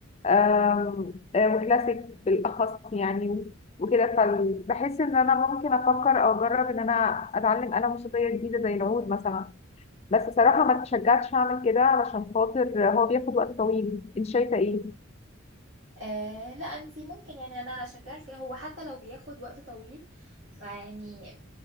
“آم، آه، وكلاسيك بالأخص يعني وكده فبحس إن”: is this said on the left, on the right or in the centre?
Left